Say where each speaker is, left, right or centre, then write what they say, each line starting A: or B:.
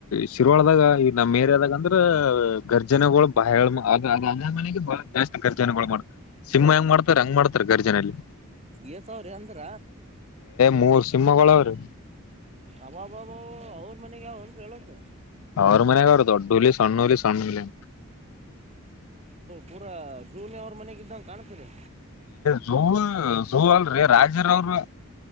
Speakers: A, on the left (about 80°); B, on the right (about 30°).
A: ಶಿರುವಾಳ್ ದಾಗ ಈ ನಮ್ಮ್ ಮೇರಿದಾಗ ಅಂದ್ರ ಗರ್ಜನೆಗಳು ಬಹ ಅ ಅದೇ ಮನೆಗೆ ಬಹಳ ಜಾಸ್ತಿ ಗರ್ಜನೆಗಳು ಮಾಡ ಸಿಂಹ ಹೆಂಗ್ ಮಾಡ್ತಾರ ಹಂಗ್ ಮಾಡ್ತಾರೆ ಗರ್ಜನೆಯಲ್ಲಿ.
B: ಏ ಸಾವ್ರ ರಿ ಅಂದ್ರ
A: ಮೂರು ಸಿಂಹಗೋಳು ಆವ್ರಿ
B: ಅಬಾಬಾಬಾಬಾ ಅವ್ರ ಮನೆಗ್ ಯಾವ ಅಲ್ರೀ ಎಲ್ಲಸು.
A: ಅವರ ಮನೆಗ ನೋಡು ದೊಡ್ ಹುಲಿ ಸಣ್ ಹುಲಿ ಸಣ್ ಹುಲಿ
B: ಪೂರ ಝೂ ನೆ ಅವ್ರ ಮನೆಗ ಇದ್ದಂಗ ಕಾಣ್ತರಿ.
A: ಝೂ ಝೂ ಅಲ್ರೀ ರಾಜರ ಅವ್ರ.